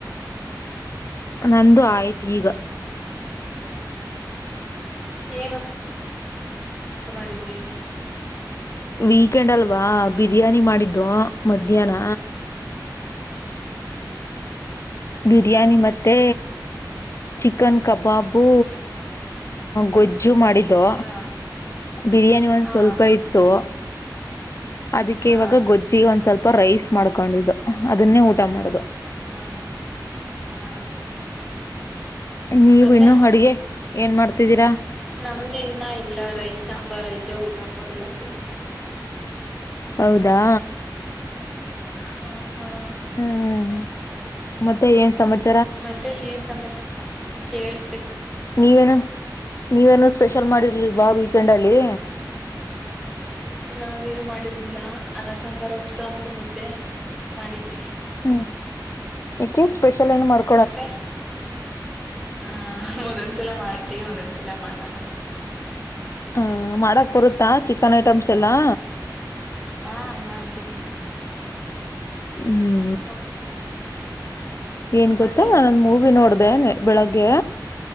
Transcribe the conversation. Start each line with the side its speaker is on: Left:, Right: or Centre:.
Left: ನಂದು ಆಯ್ತು ಈಗ
Centre: ಏನು ಊಟ <unintelligible> ಮಾಡಿದ್ರಿ.
Left: ವೀಕೆಂಡ್ ಅಲ್ವಾ ಬಿರಿಯಾನಿ ಮಾಡಿದ್ದೋ ಮಧ್ಯಾಹ್ನ. ಬಿರಿಯಾನಿ ಮತ್ತೆ. ಚಿಕನ್ ಕಬಾಬು ಗೊಜ್ಜು ಮಾಡ್ <unintelligible> ದ್ದೋ
Centre: ಹಾ
Left: ಬಿರಿಯಾನಿ ಒಂದ್
Centre: ಹಾ
Left: ಸ್ವಲ್ಪ ಇತ್ತು. ಅದಕ್ಕೆ
Centre: ಹಾ
Left: ಇವಾಗ ಗೊಜ್ಜಿಗೆ ಒಂದ್ ಸ್ವಲ್ಪ ರೈಸ್ ಮಾಡ್ಕೊಂಡಿದ್ದೋ ಅದನ್ನೇ ಊಟ ಮಾಡದೋ.
Centre: ಹಾ ಹಾ
Left: ನೀವು
Centre: ಮತ್ತೆ
Left: ಇನ್ನು ಅಡ್ಗೆ ಏನ್ ಮಾಡ್ತಿದ್ದೀರಾ
Centre: ನಮ್ದ ಇನ್ನ ಎಲ್ಲಾ ರೈಸ್ ಸಾಂಬಾರ್ ಐತೆ ಊಟ ಮಾಡ್ಬೇಕು.
Left: ಹೌದಾ
Centre: ಹ ಹಾ
Left: ಹ್ಮ್ ಹ್ಮ್ ಹ್ಮ ಮತ್ತೆ ಏನ್ ಸಮಚ
Centre: ಮತ್ತೆ ಏನ್ ಸಮಾಚಾ ಹೇಳಬೇಕು.
Left: ನೀವೇನು ನೀವೇನು ಸ್ಪೆಷಲ್ ಮಾಡಿರ್ಲಿಲ್ವಾ ವೀಕೆಂಡಲ್ಲಿ.
Centre: ನಾವೇನು ಮಾಡಿರ್ನಿಲ್ಲ ಅನ್ನ ಸಾಂಬಾರ್ ಉಪ್ ಸಾಂಬಾರ್ ಮುದ್ದೆ ಮಾಡಿದ್ವಿ.
Left: ಹ್ಮ್ ಈಕೆ ಸ್ಪೆಷಲ್ ಏನ್ ಮಾಡ್
Centre: ಮತ್ತೆ ಹ ಒಂದೊಂದ್ಸಲ ಮಾಡ್ತೀವಿ ಒಂದೊಂದ್ಸಲ ಮಾಡಲ್ಲ.
Left: ಹ ಮಾಡಕ್ ಬರುತ್ತಾ ಚಿಕನ್ ಐಟಮ್ಸ್ ಎಲ್ಲಾ.
Centre: ಹಾ ಮಾಡ್ತೀನಿ.
Left: ಹ್ಮ್ ಹ್ಮ
Centre: <unintelligible>
Left: ಏನ್ ಗೊತ್ತ
Centre: ಮತ್ತೆ
Left: ನಾನ ಒಂದ ಮೂವಿ ನೋಡ್ದ ನ ಬೆಳಗ್ಗೆ.